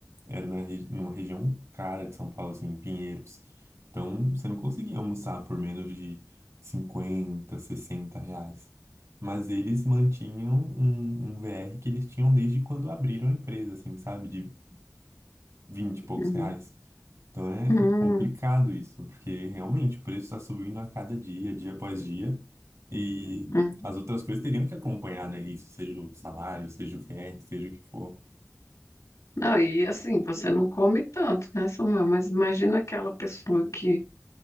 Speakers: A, on the right; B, on the left.
A: era na, re- numa região cara de São Paulo, assim, em Pinheiros. Então, você não conseguia almoçar por menos de 50 60 reais. Mas eles mantinham um, um VR que eles tinham desde quando abriram a empresa, assim, sabe? De 20 e poucos
B: Uhum.
A: reais. Então é,
B: Uhum.
A: é complicado isso, porque realmente o preço está subindo a cada dia, dia após dia, e
B: Uhum.
A: as outras coisas teriam que acompanhar, né? Isso, seja o salário, seja o VR, seja o que for.
B: Não, e assim, você não come tanto, né, Samuel? Mas imagina aquela pessoa que